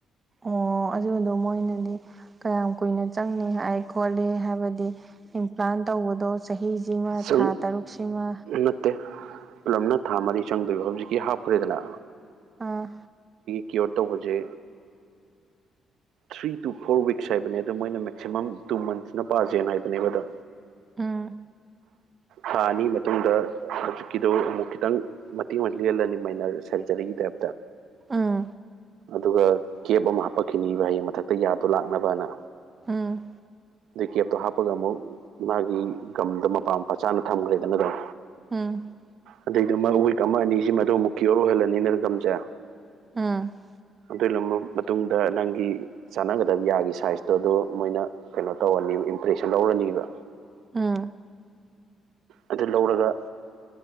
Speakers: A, on the right; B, on the right.
A: ꯑꯣ ꯑꯗꯨꯗꯣ ꯃꯣꯏꯅꯗꯤ ꯀꯌꯥꯝ ꯀꯨꯏꯅ ꯆꯪꯅꯤ ꯍꯥꯏ ꯈꯣꯠꯂꯤ ꯍꯥꯏꯕꯗꯤ ꯏꯝꯄ꯭ꯂꯥꯟ ꯇꯧꯕꯗꯣ ꯆꯍꯤꯁꯤꯃ
B: ꯆꯪ
A: ꯊꯥ ꯇꯔꯨꯛꯁꯤꯃ
B: ꯅꯠꯇꯦ ꯄꯨꯂꯞꯅ ꯊꯥ ꯃꯔꯤ ꯆꯪꯗꯣꯏꯕ ꯍꯧꯖꯤꯛꯀꯤ ꯍꯥꯞꯈ꯭ꯔꯦꯗꯅ
A: ꯑꯥ
B: ꯀ꯭ꯌꯣꯔ ꯇꯧꯕꯁꯦ ꯊ꯭ꯔꯤ ꯇꯨ ꯐꯣꯔ ꯋꯤꯛꯁ ꯍꯥꯏꯕꯅꯦ ꯑꯗ ꯃꯣꯏꯅ ꯃꯦꯛꯁꯤꯃꯝ ꯇꯨ ꯃꯟꯁꯅ ꯄꯥꯖꯦꯅ ꯍꯥꯏꯕꯅꯦꯕ ꯑꯗꯣ
A: ꯑꯥ
B: ꯊꯥ ꯑꯅꯤ ꯃꯇꯨꯡꯗ ꯍꯧꯖꯤꯛꯀꯤꯗꯨ ꯑꯃꯨꯛ ꯈꯤꯇꯪ ꯃꯇꯦꯡ ꯑꯃ ꯂꯦꯜꯂꯅꯤ ꯃꯥꯏꯅꯔ ꯁꯔꯖꯔꯤꯗ
A: ꯎꯝ
B: ꯑꯗꯨꯒ ꯀꯦꯞ ꯑꯃ ꯍꯥꯞꯄꯛꯈꯤꯅꯤꯕ ꯍꯌꯦꯡ ꯃꯊꯛꯇ ꯌꯥꯗ ꯇꯨ ꯂꯥꯛꯅꯕ ꯍꯥꯏꯅ
A: ꯑꯝ
B: ꯑꯗꯩ ꯀꯦꯞꯇꯣ ꯍꯥꯞꯄꯒ ꯑꯃꯨꯛ ꯃꯥꯒꯤ ꯒꯝꯗ ꯃꯄꯥꯝ ꯃꯆꯥꯅ ꯊꯝꯒ꯭ꯔꯦꯗꯅ ꯑꯗꯨꯝ
A: ꯎꯝ
B: ꯑꯗꯩꯗ ꯑꯃ ꯋꯤꯛ ꯑꯃ ꯑꯅꯤꯁꯤꯃꯗ ꯑꯃꯨꯛ ꯀꯤꯌꯣꯔ ꯑꯣꯏꯍꯜꯂꯅꯤꯅ ꯒꯝꯁꯦ
A: <unintelligible>
B: ꯑꯗꯨ ꯂꯨꯝꯕ ꯃꯇꯨꯡꯗ ꯅꯪꯒꯤ ꯆꯥꯟꯅꯒꯗꯕ ꯌꯥꯒꯤ ꯁꯥꯏꯖꯇꯣ ꯑꯗꯨ ꯃꯣꯏꯅ ꯀꯩꯅꯣ ꯇꯧꯔꯅꯤꯕ ꯏꯝꯄ꯭ꯔꯦꯁꯟ ꯂꯧꯔꯅꯤꯕ
A: ꯎꯝ
B: ꯑꯗꯨ ꯂꯧꯔꯒ